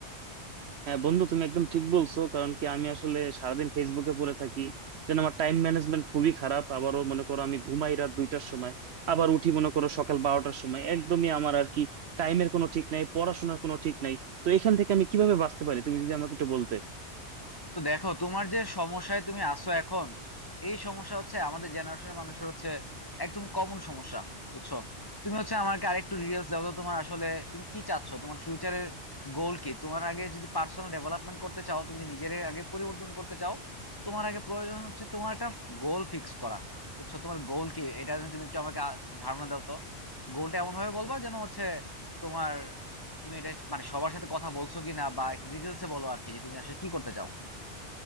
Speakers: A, on the right; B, on the left.
A: হ্যাঁ বন্ধু তুমি একদম ঠিক বলছো কারণ কি আমি আসলে সারাদিন ফেসবুকে পড়ে থাকি যেন আমার টাইম ম্যানেজমেন্ট খুবই খারাপ আবারও মনে করো আমি ঘুমাই রাত দুইটার সময় আবার উঠি মনে করো সকাল বারোটার সময় একদমই আমার আর কি টাইমের কোনো ঠিক নাই পড়াশোনার কোনো ঠিক নাই তো এখান থেকে আমি কিভাবে বাঁচতে পারি তুমি যদি আমাকে একটু বলতে
B: তো দেখো তোমার যে সমস্যায় তুমি আছো এখন এই সমস্যা হচ্ছে আমাদের জেনারেশনের মানুষের হচ্ছে একদম কমন সমস্যা বুঝছো তুমি হচ্ছে আমাকে আরেকটু ডিটেলস দাও তো তোমার আসলে তুমি কি চাচ্ছ তোমার ফিউচারের গোল কি তোমার আগে যদি পার্সোনাল ডেভেলপমেন্ট করতে চাও তুমি যদি নিজের আগে পরিবর্তন করতে চাও তোমার আগে প্রয়োজন হচ্ছে তোমার একটা গোল ফিক্স করা বুঝছো তোমার গোল কি এটা যেন তুমি একটু আমাকে আ- ধারণা দাও তো গোলটা এমন ভাবে বলবা যেন হচ্ছে তোমার তুমি এটা মানে সবার সাথে কথা বলছো কি না বা একটু ডিটেলসে বলো আর কি যে তুমি আসলে কি করতে চাও